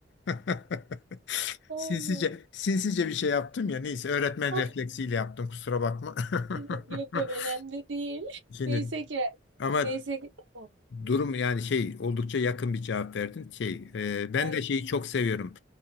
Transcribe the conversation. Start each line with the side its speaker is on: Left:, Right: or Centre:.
Left: <laughs>
Right: Aynen.
Left: sinsice sinsice bir şey yaptım ya neyse öğretmen
Right: Ah
Left: refleksiyle yaptım kusura bakma.
Right: dedim. Yok
Left: <laughs>
Right: yok önemli değil. <laughs>
Left: Şimdi
Right: Neyse ki.
Left: ama
Right: Neyse ki. tamam.
Left: durum yani şey oldukça yakın bir cevap verdin şey e, ben
Right: Ay.
Left: de şeyi çok seviyorum.